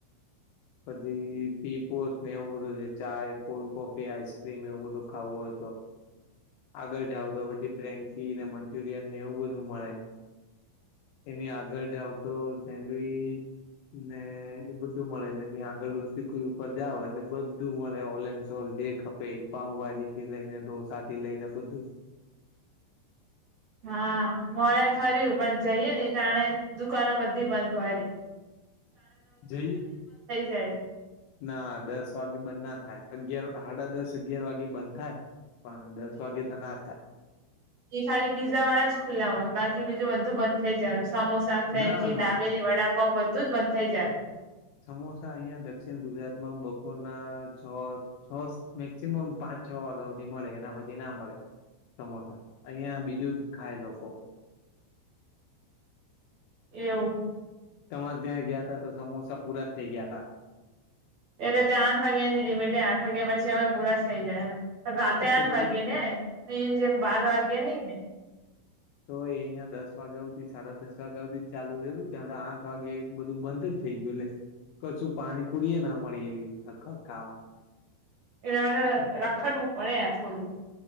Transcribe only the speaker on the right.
<inaudible> હા, મોણે ખર્યું પણ જઈએ ને એટાણે દુકાનો બધી બંધ હોય લી
જાય
કે ખાલી પીઝા વાળા જ ખુલ્લા હોય બાકી બીજું બધું બંધ થઈ જાળું સમોસા, ફેંકી,
દાબેલી, વડાપઉ, બધું જ બંધ થઈ જાય
એવું
એટલે ત્યાં આઠ વાગ્યા ની લિમિટ આઠ વાગ્યા પછી અમે પુરા જ થઈ જાય રાતે
આઠ
વાગે ને અહી જેમ બાર વાગે નહીં ને
એના માટે રખડવું પડે થોડું